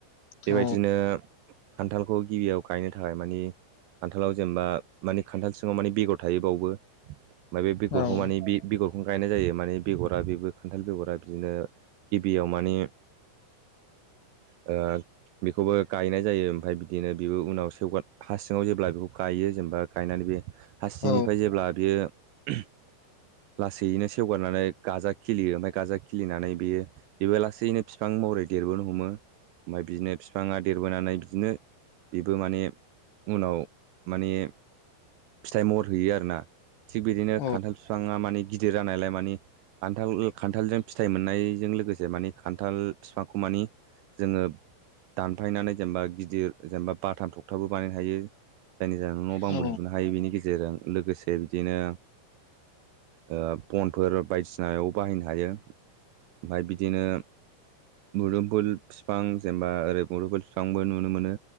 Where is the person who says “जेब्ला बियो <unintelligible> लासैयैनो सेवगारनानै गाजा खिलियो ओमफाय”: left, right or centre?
Right